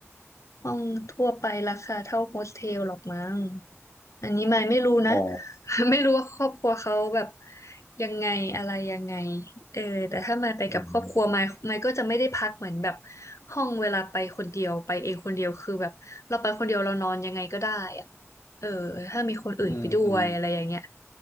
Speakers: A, on the left; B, on the left.
A: ห้องทั่วไปราคาเท่าโฮสเทลหรอกมั้งอันนี้ไม่ไม่รู้นะ
B: อ๋อ
A: <laughs> ไม่รู้ว่าครอบครัวเขาแบบยังไงอะไรยังไงเออแต่ถ้าไม่ไปกับครอบครัวไม่ไม่ก็จะไม่ได้พักเหมือนแบบ
B: อืม
A: ห้องเวลาไปคนเดียวไปเองคนเดียวคือแบบเราไปคนเดียวเรานอนยังไงก็ได้อะเออถ้ามีคนอื่นไปด้วยอะไรอย่างเงี้ย
B: อืมอืม